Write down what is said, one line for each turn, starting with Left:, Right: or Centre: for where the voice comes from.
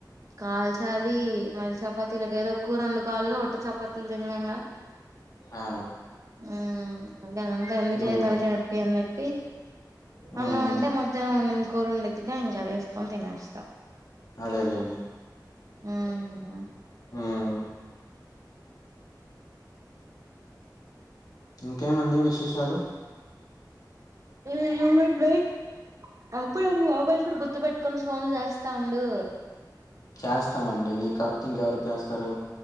Right: కాల్చాలి మళ్ళీ చపాతీలాకి ఏదోక కూర వండుకోవాలిగా ఉత్త చపాతీలు తినాలేమూగ
Left: ఆ
Right: హ్మ్మ్ మళ్ళీ అదంతా ఎందుకులే
Left: హ్మ్
Right: తలకి నొప్పి అని చెప్పి
Left: హ్మ్
Right: అన్నాము అంటే మధ్యాహ్నం ఉండిన కూరుండెదిగా ఇంకా అది వేసుకొని తినేస్తాం
Left: అదేలేండి
Right: హ్మ్మ్
Left: హ్మ్ ఇంకేమండి విశేషాలు
Right: హ్మ్మ్ వి విల్ వెయిట్ అప్పుప్పు మొబైల్ కూడా గుర్తు పెట్టుకొని ఫోన్లు చేస్తా ఉండు
Left: చేస్తామండి మీకు కాకపోతే ఇంక ఎవరికి చేస్తారు